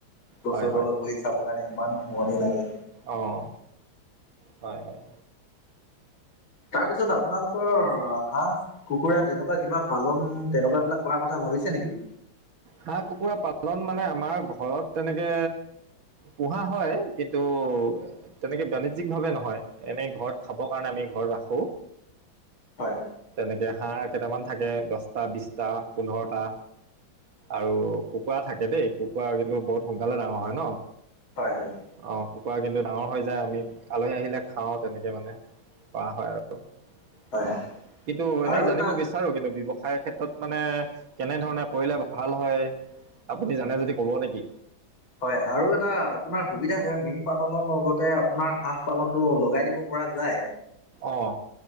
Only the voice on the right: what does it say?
হয়
অহ হয় হয়
হাঁহ কুকুৰা পালন মানে আমাৰ ঘৰত তেনেকে পোহা হয় কিন্তু‌ তেনেকে বাণিজ্যিক ভাৱে নহয় এনেই ঘৰত খাব কাৰণে আমি ঘৰত ৰাখো
তেনেকে হা়হঁ কেইটামান থাকে দহটা বিশটা পোন্ধৰটা আৰু কুকুৰা থাকে দেই কুকুৰা কিন্তু বহুত সোনকালে ডাঙৰ হয়। ন
অঁ কুকুৰা কিন্তু ডাঙৰ হৈ যায় আমি আলহী আহিলে খাওঁ তেনেকে মানে। কৰা হয় আৰু
অহ কিন্তু এনেই
জানিব
বিচাৰো কিন্তু ব্যৱসায় ক্ষেত্ৰত মানে কেনেধৰণে কৰিলে- ভাল হয় আপুনি জানে যদি ক'ব নেকি?
অঁ